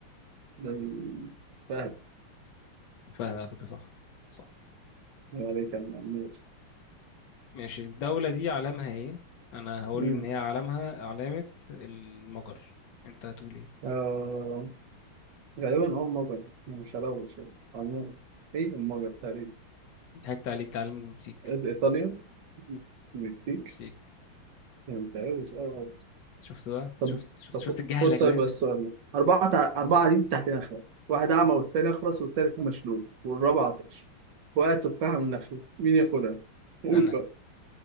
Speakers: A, on the right; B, on the left.
A: ده ال- فهد
B: فهد على فكره صح صح
A: الله عليك يا عم عمير
B: ماشي الدوله دي علامها ايه انا هقول
A: مم.
B: ان هي علامها علامه المجر انت هتقول ايه
A: آه غالبا اه مجر يعني مش هلوش يعني عموما ايه المجر تقريبا
B: ضحكت عليك ده علم المكسيك
A: إيطاليا المكسيك
B: المكسيك
A: يعني متهيأليش اه
B: شفت بقى
A: طب
B: شفت شفت
A: طب
B: شفت الجهلك
A: خد طيب
B: ده
A: بس السؤال ده أربعة تع... أربعة قاعدين تحت نخلة واحد أعمى والتاني أخرس والتالت مشلول والرابع عطش وقعت تفاحة من نخلة مين ياخدها؟ قول
B: انا
A: بقى